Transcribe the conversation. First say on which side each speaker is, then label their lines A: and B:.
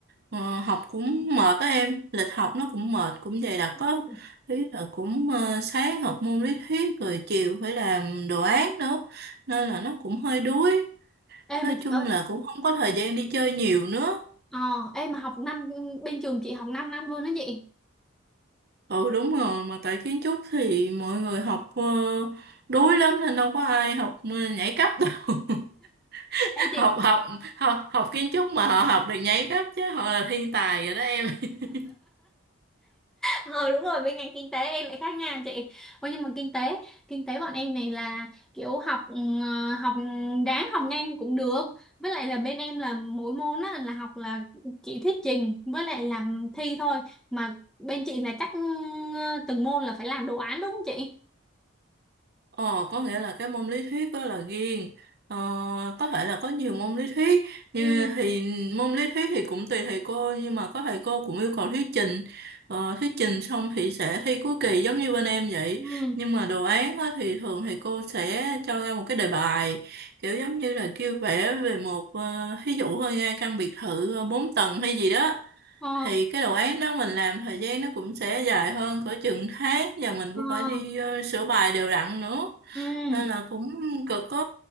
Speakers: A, on the right; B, in the centre.
A: Ờ, học cũng mệt á em, lịch học nó cũng mệt, cũng dày đặc
B: <laughs>
A: á. Ý là cũng ờ, sáng học môn lý thuyết rồi chiều phải làm đồ án nữa. Nên là nó cũng hơi đuối.
B: Ê
A: Nói
B: mà chị
A: chung
B: ơi,
A: là cũng không có thời gian đi chơi nhiều nữa.
B: ờ, em mà học năm bên trường chị học 5 năm năm luôn đó chị.
A: Ừ đúng rồi, mà tại kiến trúc thì mọi người học ờ, đuối lắm nên đâu có ai học ờ, nhảy cấp đâu. <laughs>
B: Ê chị
A: học học học học kiến trúc mà họ học được nhảy cấp chứ họ là thiên tài rồi đó em <laughs>
B: ờ đúng rồi bên ngành kinh tế em lại khác nha chị Ôi nhưng mà kinh tế kinh tế bọn em này là kiểu học ừ, học đáng học nhanh cũng được với lại là bên em là mỗi môn á là học là chỉ thuyết trình với lại làm thi thôi mà bên chị là chắc ừ, từng môn là phải làm đồ án đúng không chị
A: Ồ, có nghĩa là cái môn lý thuyết đó là riêng. Ờ, có thể là có nhiều môn lý thuyết như
B: ừ
A: thì môn lý thuyết thì cũng tùy thầy cô nhưng mà có thầy cô cũng yêu cầu thuyết trình ờ, thuyết trình xong thì sẽ thi cuối kỳ giống như bên em vậy
B: ừ
A: nhưng mà đồ án á, thì thường thầy cô sẽ cho ra một cái đề bài kiểu giống như là kêu vẽ về một ờ, thí dụ thôi nha căn biệt thự ờ, bốn tầng hay gì đó
B: ờ
A: thì cái đồ án đó mình làm thời gian nó cũng sẽ dài hơn cỡ chừng tháng và mình cũng
B: ờ
A: phải đi ờ, sửa bài đều đặn nữa
B: ừ
A: nên là cũng cực á